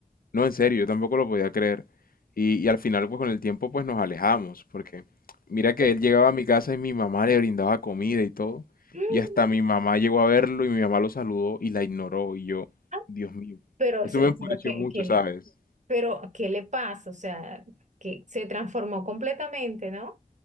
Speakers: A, on the left (about 80°); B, on the right (about 55°).
A: No, en serio, yo tampoco lo podía creer. Y, y al final, pues con el tiempo, pues nos alejamos, porque mira que
B: Uy,
A: él llegaba a mi casa y mi mamá le brindaba comida y todo.
B: <gasps>
A: Y hasta mi mamá llegó a verlo y mi mamá lo saludó y la ignoró. Y yo,
B: ah,
A: Dios mío,
B: Pero,
A: eso
B: se-
A: me enfureció
B: pero que,
A: mucho,
B: que le-
A: ¿sabes?
B: pero, ¿qué le pasa? O sea, que se transformó completamente, ¿no?